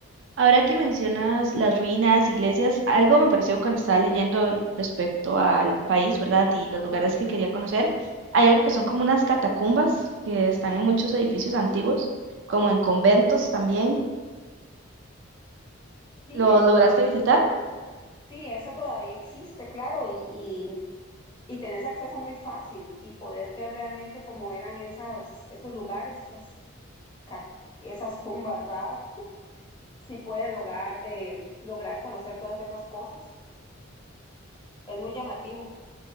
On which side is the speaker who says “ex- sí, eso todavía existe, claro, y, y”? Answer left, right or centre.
Left